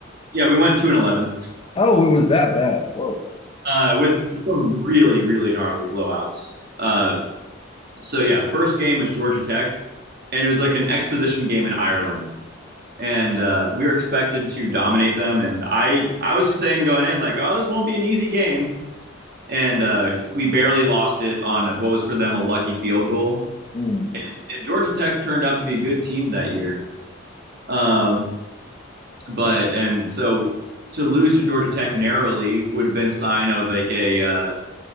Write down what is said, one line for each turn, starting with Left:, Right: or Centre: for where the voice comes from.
Right: yeah, we went 2 and 11
Left: Oh, it was that bad. Whoa.
Right: uh, with some really really gnarly blowouts. Uh, so yeah, first game was Georgia Tech and it was like an exposition game in Ireland. and uh, we were expected to dominate them. And I I was saying going in like, oh, this won't be an easy game, and uh, we barely lost it on what was for them a lucky field goal.
Left: Hmm.
Right: And Georgia Tech turned out to be a good team that year. Um, but and so to lose to Georgia Tech narrowly would have been sign of like a uh,